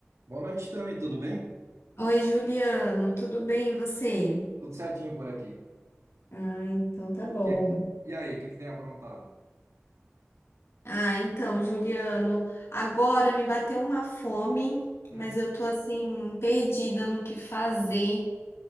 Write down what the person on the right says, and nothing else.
Boa noite, Tami, tudo bem?
Tudo certinho por aqui.
E, E aí, o que que tem aprontado?
Hum,